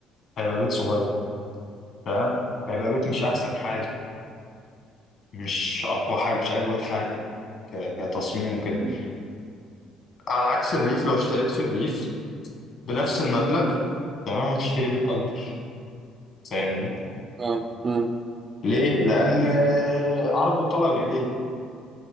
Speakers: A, on the left (about 50°); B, on the right (about 35°).
A: هيبقى بيت صغير تمام هيبقى بيت مش احسن حاجه مش اقوى حاجه مش اجود حاجه ك- كتصميم وكده
B: أمم.
A: على عكس الريف لو اشتريت في الريف بنفس المبلغ تمام هتشتري بيت اكبر فاهمني
B: اه اه
A: ليه لان آه، عرض وطلب يا بيه